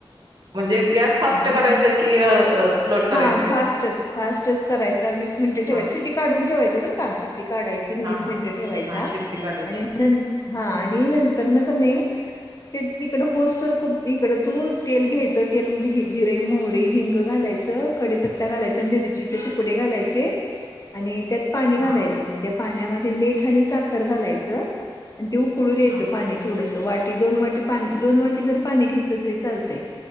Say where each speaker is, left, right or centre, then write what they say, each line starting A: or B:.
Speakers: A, on the right; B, on the left.
A: म्हणजे गॅस फास्ट
B: आणि
A: करायचा
B: न
A: की स्लोट करायचा.
B: हा फास्टच फास्टच करायचा वीस मिनट ठेवाय
A: हा
B: शिटी काढून ठेवायं बर का. शेट्टी काढायची
A: हा
B: वीस
A: हा
B: मिनिटं ठेवायचा
A: हा शेट्टी काढायची
B: आणि. न हा आणि नंतर न का नाही ते इकड होस तर इकड तू. तेल घ्यायचं तेलमध्ये जिरे मोहरीे हिंग घालायचं कडेपत्ता घालायचा मिरचीचे तुकडे घालायचे. चे, आणि त्यात पाणी घालायचं
A: हा
B: म्हण त्या पाण्यामध्ये मीठ आणि साखर घालायचं. आणि ते उकळू द्यायचं
A: हा
B: पाणी थोडंसं वाटी दोन वाटी पाणी दोन वाटी जर पाणी घेतलं तरी चालतं. तय